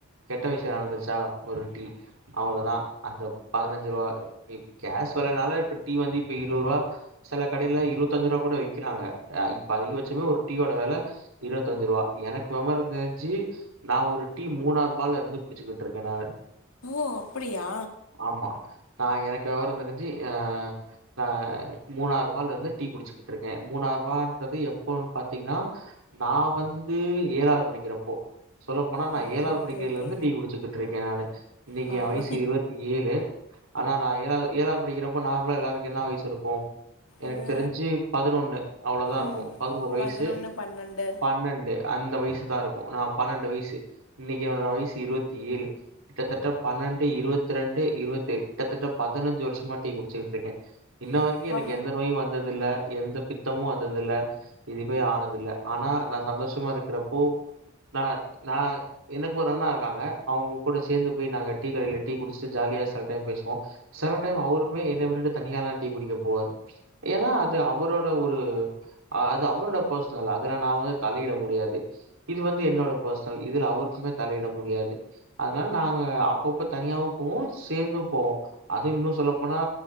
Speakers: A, on the right; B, on the left.
A: கெட்ட விஷயோ நடந்துச்சா ஒரு டீ அவ்ளோதா அந்த பதினஞ்சு ரூவா இப்ப கேஸ் வெலனாலே இப்ப டீ வந்து இப்ப இருவது ரூபா சில கடைலலா இருபத்தஞ்சு ரூபா கூட விக்கிறாங்க இப்ப அதிகபட்சமே ஒரு டீயோட வெல இருபத்தஞ்சு ருவா எனக்கு வெவரோ தெரிஞ் சி நா ஒரு டீ மூணாரூபாருந்து குடிச்சுக்கிட்டுருக்கேன் நானு
B: ஓ அப்டியா
A: ஆமா நா எனக்கு வெவரோ தெரிஞ்சு ஆ ஆ மூணா ரூபாலருந்து டீ குடிச்சுக்கிட்டு இருக்கே மூணாறு ரூபான்றது எப்போன்னு பாத்தீங்கன்னா நா வந்து ஏழாது படிக்கிறப் போ சொல்லப்போனா
B: ஓ
A: நா ஏழாவது
B: ஓகே
A: படிக்கைலருந்து
B: ஓகே
A: டீ குடிச்சுக்கிட்டு இருக்கே நானு இன்னக்கி
B: பார்றா
A: ஏ வயசு இருவத்தி ஏழு ஆனா நா ஏழாது ஏழாவது படிக்கிறப்போ நார்மலா எல்லாருக்கு என்ன வயசு இருக்கு எனக்கு
B: ஒரு
A: தெரிஞ்சி பதினொன்னு அவளோதா இருக்கு
B: ம்
A: பதினோரு வயசு
B: பதினொன்னு பன்னெண்டு
A: பன்னெண்டு அந்த வயசு தா இருக்கு நா பன்னெண்டு வயசு இன்னைக்கு என்னோட வயசு இருவத்தி ஏழு கிட்டத்தட்ட பன்னெண்டு இருவத்தி ரெண்டு இருவத்தி ஏழு கிட்டத்தட்ட பதினஞ்சு வருஷமா டீ குடிச்சுட்டு இருக்கே இன்ன வரைக்கு
B: அப்பா
A: எனக்கு எந்த நோயு வந்தது இல்ல எந்த பித்தமு வந்தது இல்ல எதுவு ஆனது இல்ல ஆனா நா சந்தோஷமா இருக்குறப்போ நா நா எனக்கு ஒரு அண்ணா இருக்காங்க அவுங்க கூட சேந்து போய் நாங்க டீ கடைல டீ குடிச்சுட்டு ஜாலியா சில டைம் பேசுவோ சில டைம் அவுருமே என்னைய விட்டுட்டு தனியாலா டீ குடிக்க போவாரு ஏனா அது அவரோட ஒரு அ அது அவரோட ஃபெர்சனல் அதுல நா வந்து தலயிட முடியாது இது வந்து என்னோட பெர்ச்னல் இதுல அவருக்குமே தலயிட முடியாது அதனால நாங்க அப்பப்போ தனியாவு போவோ சேந்தும் போவோ அதுவு இன்னு சொல்லப்போனா